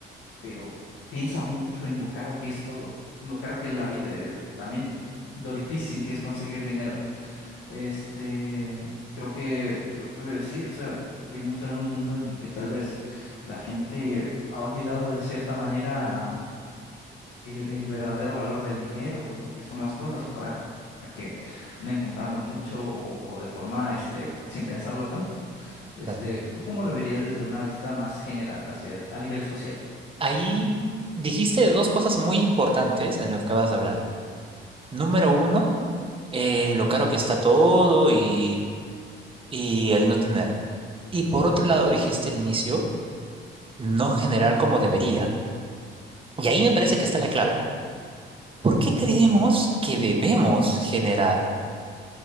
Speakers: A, on the left (about 80°); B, on the right (about 25°).
A: pero piensa mucho en lo caro que es todo, lo caro que es la vida, eh, también lo difícil que es conseguir dinero. Este, creo que, creo que sí, o sea, vivimos en un mundo en el que tal vez la gente ha olvidado de cierta manera el, el verdadero valor del dinero o lo que son las cosas para que anden comprando mucho o, o de forma, este, sin pensarlo tanto. Este,
B: Claro.
A: ¿tú cómo lo verías desde una vista más general, hacia, a nivel social?
B: Ahí dijiste dos cosas muy importantes en lo que acabas de hablar. Número uno, eh, lo caro que está todo y, y el no tener. Y por otro lado, dijiste al inicio, no generar como debería. Y ahí me parece que está la clave. ¿Por qué creemos que debemos generar?